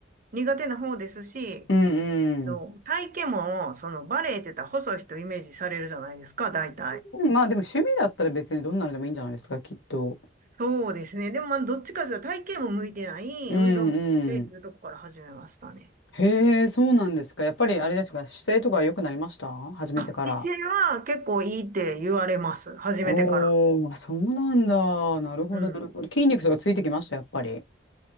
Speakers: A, on the right; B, on the left.
A: 苦手な方ですし、
B: うんうん。
A: そう体型も、そのバレエって言ったら細い人イメージされるじゃないですか、大体。
B: うん、まあでも趣味だったら別にどんなのでもいいんじゃないですか、きっと。
A: そうですね。でも、まあ、どっちかというと体型も向いてない、
B: うん
A: 運動もしてっていうとこから始めましたね。
B: へえ、そうなんですか。やっぱりあれですか、姿勢とか良くなりました初めてから。
A: あ、姿勢は結構いいって言われます。始めてから。
B: おー、あ、そうなんだ。なるほど、
A: うん。
B: なるほど。筋肉とかついてきました、やっぱり。